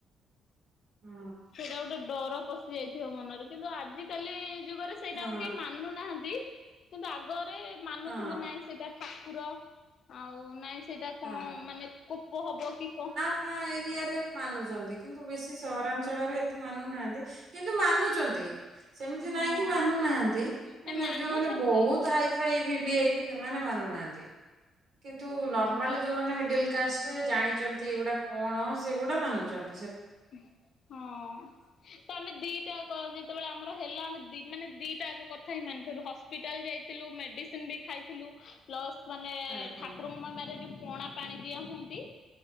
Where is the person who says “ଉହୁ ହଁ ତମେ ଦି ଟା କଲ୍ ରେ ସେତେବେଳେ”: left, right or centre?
Left